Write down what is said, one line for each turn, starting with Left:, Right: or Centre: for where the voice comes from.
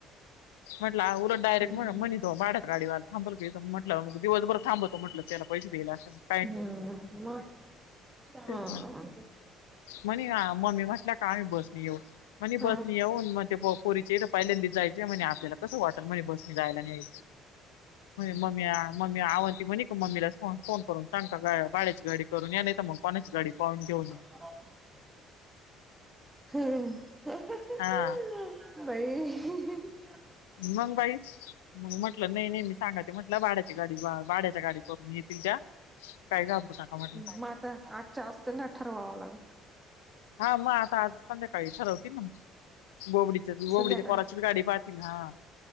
Left: म्हटल हा उलट डारेक्ट
Right: हम्म
Left: म्हण म्हणे भाड्यात गाडीवाला थांब म्हटलं मग दिवसभर थांबवतो म्हटलं त्याला पैसे देईल अशा न
Right: हम्म म
Left: तेच
Right: हा.
Left: ना म्हणे मी म्हटल काय बसनी येऊ म्हणे
Right: हा
Left: बसनी येऊ ते पोरीचे पहिल्यांदी जायचय म्हण आपल्याला कस वाटल म्हणे जायला नाही म म्या मम्मी आवरते म्हणे मम्मीला फोन करून सांग का भाड्याची गाडी करून या नाही तर मग कोणाची गाडी पाहून घेऊन
Right: <unintelligible> ह
Left: हा
Right: बाई
Left: मग बाई मग म्हटलं नाही नाही मी सांगायच म्हटलं भाड्याची गाडी भाड्याची गाडीत करून येतील त्या काय घाबरून नका म्हटल.
Right: म आता आत जास्त नाही ठरवावं लागेल
Left: हा मग आता आज संध्याकाळी ठरवती ना गोबडी गोबडीच्या
Right: संध्याकाळी
Left: पोराचीच गाडी पाहील हा